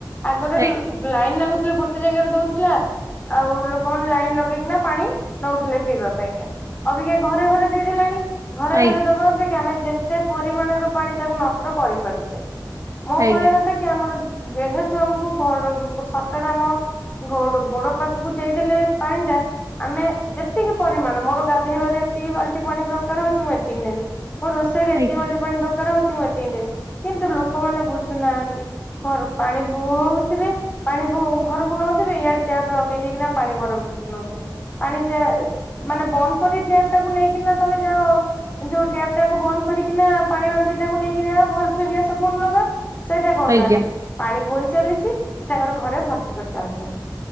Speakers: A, on the left (about 25°); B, on the right (about 45°).
A: ଆଗରେ
B: ଆଜ୍ଞା
A: ଲାଇନ୍ ନାଗୁଥିଲେ ଗୋଟ ଗୋଟେ ଜାଗାରେ ଦଉଥିଲା ଆଉ ଲୋକମାନେ ଲାଇନ ଲଗେଇକିନା ପାଣି ନଉଥିଲେ। ପିଇବା ପାଇଁକା ଅବିକା ଘରେ ଘରେ ଦେଇଦେଲାଣି, ଘରେ
B: ଆଜ୍ଞା
A: ଘରେ ଦବା ଅପେକ୍ଷା ଆମେ ଯେତେ କେତେ ପରିମାଣର ପାଣି ତାକୁ ନଷ୍ଟ କରିପାରୁଛେ, ମୋ
B: ଆଜ୍ଞା
A: କହିବା କଥା ଆମର ଯେହେତୁ ଆମକୁ ଘ ସରକାର ଆମ ଗୋ ଗୋଡ ପାଖକୁ ଦେଇଦେଲେ ପାଣି ଟା ଆମେ ଯେତିକି ପରିମାଣ ମୋର ଗାଧେଇବାରେ ଏତିକି ବାଲଟି ପାଣି ଦରକାର ହଉଛି, ମୁଁ ଏତିକି ନେବି। ମୋ ରୋଷେଇରେ ଏତିକ
B: ଆଜ୍ଞା
A: ବାଟି ପାଣି ଦରକାର ହଉଛି ମୁଁ ଏତିକି ନେବି କିନ୍ତୁ ଲୋକମାନେ ବୁଝୁନାହାନ୍ତି। କଣ ପାଣି ବୁହ ହଉଥିବେ। ପାଣି ବୋ ଘରକୁ ନଉଥିବେ ଇଆଡ ଟ୍ୟାବ ଲଗେଇ ଦେଇକିନା ପାଣି ଘର ଭିତରୁକୁ ନଉଥିବେ ପାଣି ଯ ମାନେ ବନ୍ଦ କରି ଟ୍ୟାପ ଟାକୁ ନେଇକିନା ତମେ ଯାଅ ଯୋଉ ଟ୍ୟାପ ଟାକୁ ବନ୍ଦ କରିକିନା ପାଣି ବାଲଟି ଟାକୁ ନେଇକି ଯ ଆ ଘର ଆଜ୍ଞା ସ ଫୁନ ଲଗା ସେଇଟା କରୁନାହାନ୍ତି।
B: ଆଜ୍ଞା
A: ପାଣି ବୋହି ଚାଲିଡି ସେ ତାଙ୍କର ଘରେ ଭର୍ତି କରି ଚାଲିଚନ୍ତି।